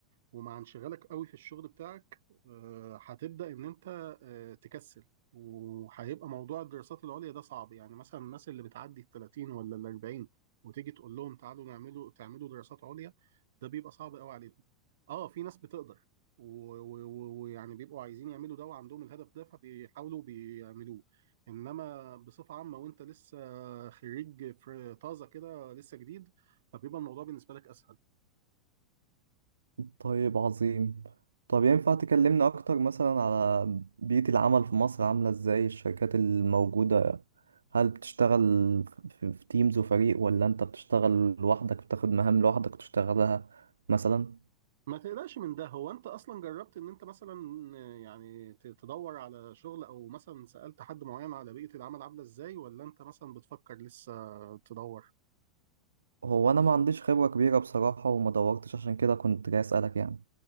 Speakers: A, on the right; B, on the right.
A: ومع انشغالك قوي في الشغل بتاعك آه، هتبدأ إن أنت آه، تكسل وهيبقى موضوع الدراسات العليا ده صعب يعني مثلا الناس اللي بتعدي ال 30 ولا ال 40 وتيجي تقول لهم تعالوا نعملوا تعملوا دراسات عليا ده بيبقى صعب قوي عليهم اه في ناس بتقدر و- و- و- ويعني بيبقوا عايزين يعملوا ده وعندهم الهدف ده فبيحاولوا بيعملوه انما بصفة عامة وانت لسه خريج في طازة كده لسه جديد فبيبقى الموضوع بالنسبة لك اسهل
B: طيب عظيم طب ينفع تكلمنا اكتر مثلا على بيئه العمل في مصر عامله ازاي الشركات الموجوده هل بتشتغل في في تيمز وفريق ولا انت بتشتغل لوحدك بتاخد مهام لوحدك وتشتغلها مثلا
A: ما تقلقش من ده هو انت اصلا جربت ان انت مثلا يعني ت- تدور على شغل او مثلا سألت حد معين على بيئة العمل عاملة ازاي ولا انت مثلا بتفكر لسه تدور
B: هو انا ما عنديش خبرة كبيرة بصراحة وما دورتش عشان كده كنت جاي اسألك يعني